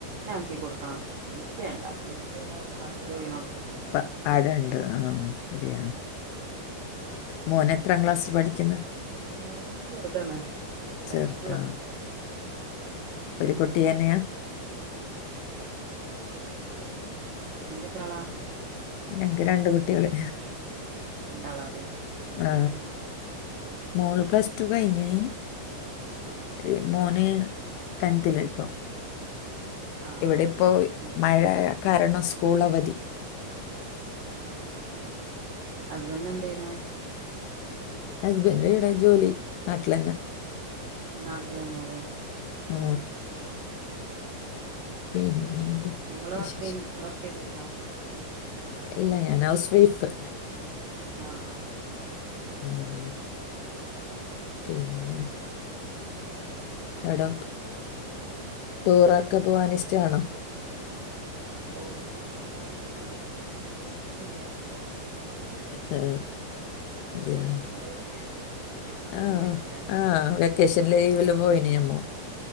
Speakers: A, on the right; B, on the left.
A: ക്കി കൊടുക്കണം എനിക്ക് വേണ്ട എനിക്ക് ഇവിടെ വർക്ക് ചെയ്യണോടത്ത് ഉണ്ട്
B: അ അവിടെ ഉണ്ട് ആ അതെയാ മോൻ എത്രാം ക്ലാസ്സിൽ പഠിക്കുന്ന്
A: മൂന്ന് ചെറുതാണ് പ്ലൈ
B: ചെറുതാ
A: സ്കൂളാണ്
B: ഒറ്റ കുട്ടി തന്നെയാ
A: നിക്ക് എത്ര ആളാ
B: ഞക്ക് രണ്ട് കുട്ടികള്
A: രണ്ടാളാല്ലേ എന്താ
B: ആ
A: പഠിക്കുന്നെ
B: മോള് പ്ലസ് ടു കഴിഞ്ഞഞ്
A: ആഹ്
B: ഏ മോന് ടെൻതിൽ ഇപ്പം
A: ആഹ്
B: ഇവിടെപ്പോ മഴ കാരണം സ്കൂൾ അവധി
A: ആ ഹസ്ബെന്റ് എന്താ ചെയ്യണേ
B: ഹസ്ബറ്റ് ഇവിട ജോലി നാട്ടിലാന്നെ
A: നാട്ടിലന്നെയാ അല്ലെ
B: ആ
A: ആ ആ
B: പിന്നെന്താ
A: നിങ്ങള്
B: വിശേഷം
A: വർക്ക് വർക്ക് ചെയ്തിരുന്നോ
B: ഇല്ല ഞാൻ ഹൗസ് വൈഫ്
A: ആ ആ ഉ
B: ഉം, പിന്നെ എവിടെ
A: പിന്നെന്താ
B: ടൂറൊക്കെ പോവാൻ ഇഷ്ട ആണോ
A: ഓ ടൂർക്കെ പൊകാൻ ഇഷ് ടണ് ഞാന് അധികം പോയിട്ടൊന്നുല്ലാ
B: ആ, അതെയോ
A: നിങ്ങള് നിങ്ങള് എങ്ങനെയാ വെക്കേഷനൊക്കെ
B: ആ
A: പോയിരിക്കുല്ലേ
B: ആ ആ വെക്കേഷൻ ലീവില് വെലോം പോയിന് അമ്മോ